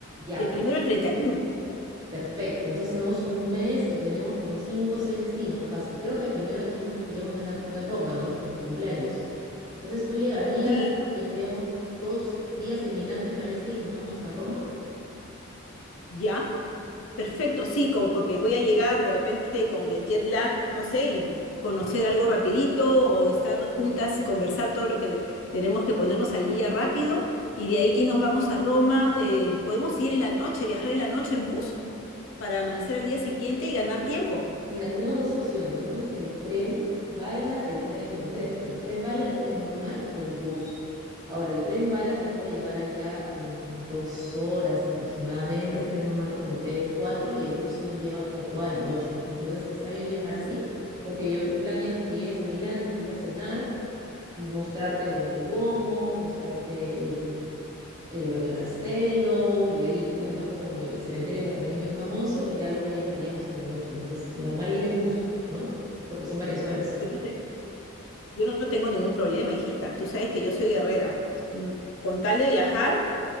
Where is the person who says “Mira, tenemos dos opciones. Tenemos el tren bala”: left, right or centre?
Right